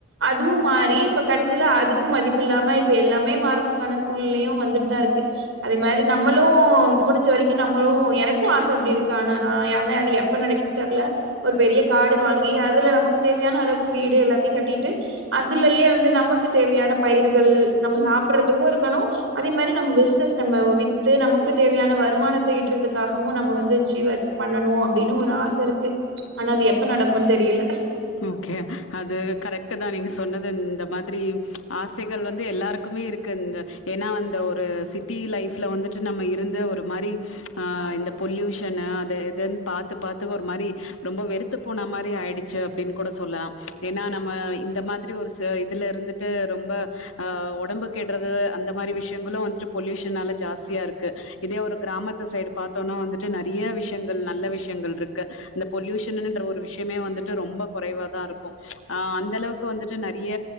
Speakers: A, on the right; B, on the left.
A: அதுவு மாரி இப்ப கடைசியில அதுக்கு மதிப்பு இல்லாம இப்ப எல்லாமே மாறதுக்கான சூழ்நிலையு வந்துட் தா இருக்கு அதே மாரி நம்மளும் முடிஞ்ச வரைக் க்கி நம்மளு எனக்கு ஆச அப்டி இருக்கு ஆனா நா யானா அது எப்ப நடைக்கும் தெர்ல ஒர் பெரிய காடு வாங்கி அதுல நமக்கு தேவையான அளவ்க்கு வீடு எல்லாத் ஏ கட்டிட்டு அதுலயே வந்து நமக் க்கு தேவையானப் பயிர்கள் நம்ம சாப்றதுக்கு ருக்கணு அதே மாரி நம் பிஸ்னஸ் நம்ம ஒவித்து நமக்கு தேவையான வருமானத் தயீட்றத்துக்காஹவு நம்ம வந்து ச்சீவட்ஸ் பண்ணணு அப்டின்னு ஒர் ஆச இருக்கு ஆனா அது எப்ப நடக்குன்னு தெரியல
B: ஓகே அது கரக்ட்டு தா நீங்கஸ் சொன்னதுந்த மாத்ரி ஆசைகள் வந்து எல்லாருக்குமே இருக் இந்த ஏன்னா அந்த ஒரு சிட்டி லைஃப்ல வந்துட்டு நம்ம இருந்து ஒரு மாரி ஆ இந்த பொல்யூஷன்னு அது எதுன் பாத்து பாத்து ஒரு மாரி ரொம்ப வெறுத்து போன மாரி ஆயிடுச்சு அப்டின்னு கூட சொல்லலாம் ஏன்னா நம்ம இந்த மாதிரி ஒரு இதுல இருந்துட்டு ரொம்ப ஆ ஒடம்பு கெடுறது அந்த மாரி விஷயங்களு வந்துட்டு பொல்யூஷனால ஜாஸ்தியா இருக்கு இதே ஒரு கிராமத்து சைடு பாத்தோனா வந்துட்டு நெறையா விஷயங்கள் நல்ல விஷயங்கள்ருக்கு இந்த பொல்யூஷனுன்ற ஒரு விஷயமே வந்துட்டு ரொம்ப கொறைவாதா இருக்கு ஆ அந்தளவுக்கு வந்துட்டு நெறிய